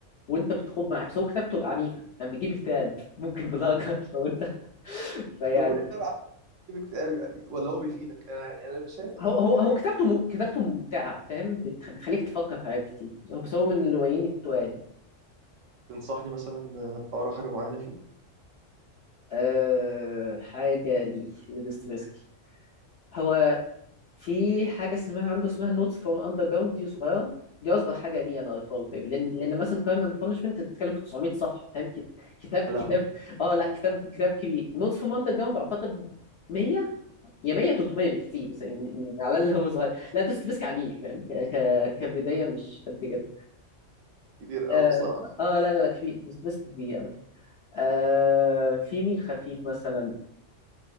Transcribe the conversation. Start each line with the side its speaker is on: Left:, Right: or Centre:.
Left: وانت بتخوض معاه بس هو كتابته عنيفه يعني بيجيب اكتئاب ممكن بدرجه <laughs> لو انت فيعني
Right: طب وليه تقرا عن كتاب كتاب يعني ولا هو بيفيدك انا يعني انا شايف ان
Left: هو
Right: هو
Left: هو
Right: القراية
Left: هو كتابته م... كتابته ممتعه فاهم بتخ... بتخليك تفكر في حاجات كتير هو- بس هو من الروايين التوالي
Right: تنصحني مثلا آه، اقرا حاجة معينة فيه
Left: أه... حاجه ليه لدوستويفسكي هو في حاجه اسمها عنده اسمها نوتس فروم اندر جراوند دي صغيره دي اصغر حاجه لي انا قريتها له طيب لان لان مثلا كرايم اند بانشمنت بتتكلم في 900 صفحه فاهم كت- كتاب كتاب
Right: يا لهوي
Left: اه لا كتاب كتاب كبير نوتس فروم اندر جراوند اعتقد 100 يا 100 300 بالكتير بس يعني يعني على اللي هو صغير لا دوست بيسك عنيف فاهم ك... ك... كبدايه مش قد كده
Right: كتير قوي
Left: اه
Right: بصراحه
Left: آه، لا لا لا كبير دوست بيسك كبير قوي آه في مين خفيف مثلا